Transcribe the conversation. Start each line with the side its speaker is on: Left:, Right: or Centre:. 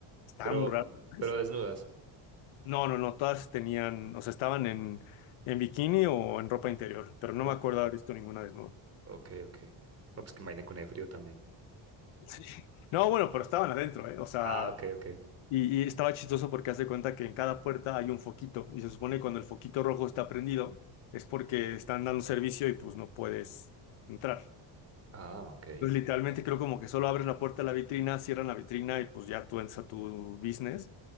Left: estaba
Right: pero,
Left: muy raro. ¿sabes?
Right: pero desnudas.
Left: No, no, no, todas tenían, o sea, estaban en, en bikini o en ropa interior, pero no
Right: Oh,
Left: me acuerdo haber visto ninguna desnuda. <laughs>
Right: ok, ok. No, pues que vaina con el frío también.
Left: Sí. No, bueno, pero estaban adentro, ¿eh? O sea,
Right: Ah, ok, ok.
Left: Y, y estaba chistoso porque hace cuenta que en cada puerta hay un foquito y se supone que cuando el foquito rojo está prendido es porque están dando servicio y pues no puedes entrar.
Right: Ah, ok.
Left: Entonces literalmente creo como que solo abres la puerta de la vitrina, cierran la vitrina y pues ya tú entras a tu business